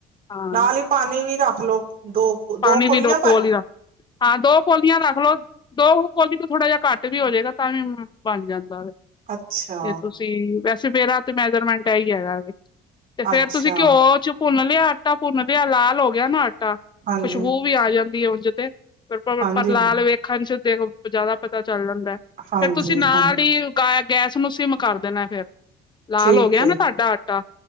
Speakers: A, on the left; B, on the right.
A: ਹਾਂ
B: ਨਾਲ ਈ ਪਾਣੀ ਵੀ ਰੱਖ ਹੈਲੋ ਦੋ ਕੁ ਦੋ
A: ਪਾਣੀ
B: ਕੋਲੀਆਂ
A: ਵੀ
B: ਪਾਈ
A: ਕੋਲ ਹਾਂ, ਦੋ ਕੌਲੀਆਂ ਰੱਖ ਲਓ। ਦੋ ਕੌਲੀ ਤੋਂ ਥੋੜਾ ਜਿਹਾ ਘੱਟ। ਵੀ ਹੋ ਜੇਗਾ ਤਾਂ ਵੀ ਬਨ ਜਾਂਦਾ ਵੇ।
B: ਅੱਛਾ
A: ਤੇ ਤੁਸੀਂ ਵੈਸ ਮੇਰਾ ਤੇ ਮੈਜਰਮੈਂਟ ਐ ਈ ਹੈਗਾ ਵੇ। ਤੇ ਫੇਰ
B: ਅੱਛਾ
A: ਤੁਸੀਂ ਘਿਓ ਚ ਭੁੰਨ ਲਿਆ ਆਟਾ ਭੁੰਨ ਲਿਆ ਲਾਲ ਹੋ ਗਿਆ ਨਾ ਆਟਾ
B: ਹਾਂਜੀ
A: ਖੁਸ਼ਬੂ ਵੀ ਆ ਜਾਂਦ ਉਂਜ ਤੇ ਫੇਰ
B: ਹਾਂਜੀ
A: ਪਰ ਲਾਲ ਵੇਖਣ ਚ ਦੇਖੋ ਜਾਦਾ ਪਤਾ। ਚੱਲ ਜਾਂਦੈ ਫੇਰ
B: ਹਾਂਜੀ
A: ਤੁਸੀਂ ਨਾਲ
B: ਹਾਂ
A: ਈ ਗਾ ਗੈਸ ਨੂੰ ਸਿਮ ਕਰ ਦੇਨੈ ਫੇਰ। ਲਾਲ
B: ਠੀਕ
A: ਹੋ ਗਿਆ
B: ਹੈ
A: ਨਾ ਤਾਡਾ ਆਟਾ